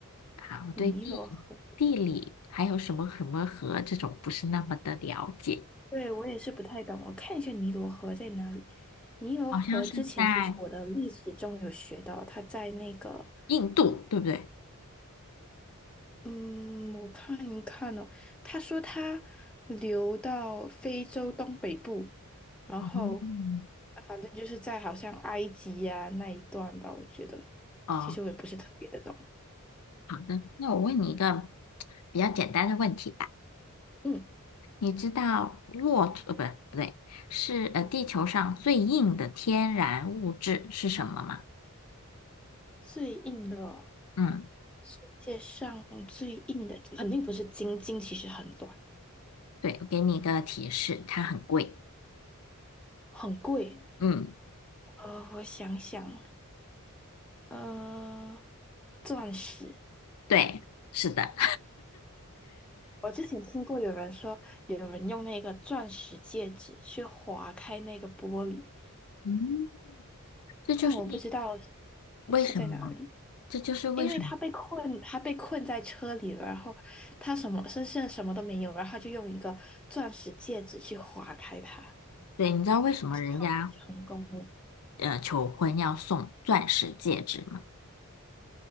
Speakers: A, on the left; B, in the centre.
A: 啊，我对地地理还有什么什么河这种不是那么的了解，
B: 尼罗河。对，我也是不太懂，我看一下尼罗河在哪里。尼罗河之前其实我的历史中有学到，
A: 好像是在
B: 它在那个，
A: 印度，对不对？
B: 嗯，我看一看哦，他说它流到非洲东北部，然后
A: 嗯，
B: 啊反正就是在好像埃及呀、那一段吧，我觉得
A: 哦，
B: 其实我也不是特别的懂。
A: 好的，那我问你一个比较简单的问题吧。
B: 嗯，
A: 你知道骆驼，呃，不对，不对，是呃地球上最硬的天然物质是什么吗？
B: 最硬的哦，
A: 嗯，
B: 世界上最硬的肯定不是金，金其实很软，
A: 对，我给你一个提示，它很贵。
B: 很贵。
A: 嗯，
B: 呃，我想想。呃，钻石。
A: 对，是的，
B: 我之前听过有人说，有人用那个钻石戒指去划开那个玻璃，
A: <laughs> 嗯这就是一
B: 但我不知道
A: 为什么，
B: 是在哪里，
A: 这就是为什么。
B: 因为他被困，他被困在车里了，然后他什么身上什么都没有，然后他就用一个钻石戒指去划开它，
A: 对，你知道为什么人家
B: 然后还成功了。
A: 呃求婚要送钻石戒指吗？